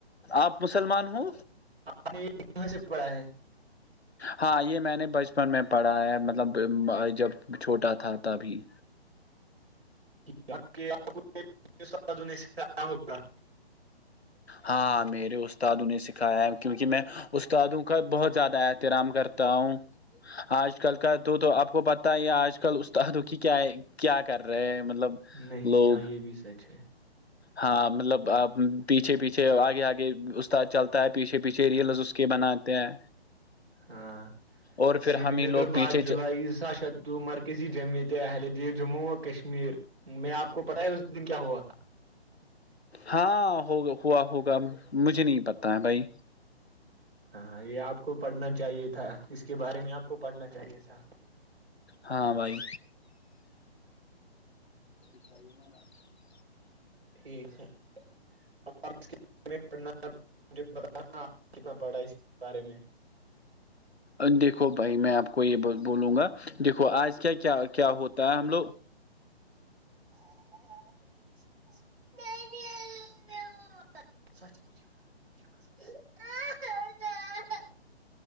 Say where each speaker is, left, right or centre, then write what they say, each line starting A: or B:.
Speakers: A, on the left; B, on the right.
A: آپ مسلمان ہ
B: آپ نے کہاں سے پڑا ہے
A: ہاں یہ میں نے بچپن میں پڑھا ہے مطلب جب چھوٹا تھا تبھی
B: <inaudible>
A: ہاں میرے استادوں نے سکھایا ہے کیونکہ میں استادوں کا بہت زیادہ احترام کرتا ہوں آج کل کا تو تو آپ کو پت ہی آج کل استاد دکھی کیا ہے کیا کر رہے ہیں مطلب
B: نہیں
A: لوگ
B: ہاں یہ بھی سچ ہے
A: ہاں مطلب پیچھے پیچھے آگے آگے استاد چلتا ہے پیچھے پیچھے ریلز کے بناتے ہیں
B: ہاں
A: اور پھر
B: سری
A: ہم ہی
B: نگر
A: لوگ
B: بع
A: پیچھے
B: جولائی
A: چ...
B: سا ش مر کسی جمعت اہل دیر جموں و کشمیر میں آپ کو پتاہ ہے اس دن کیا ہوا
A: ہاں ہوگا ہوا ہوگا مجھے نہیں پتا ہے بھائی
B: ہاں ہاں یہ آپ کو پڑھنا چاہیے تھا اس کے بارے میں آپ کو پڑھنا چاہیے تھا
A: ہاں بھائی <inaudible>
B: ٹھیک ہے ار پڑھناجھ با آپ کتنا پڑھا ہے اس کے بارے میں
A: دیکھو بھائی میں آپ کو یہ بولوں گا دیکھو آج کیا کیا کیا ہوتا ہے ہم لوگ
B: <inaudible> <inaudible> <inaudible>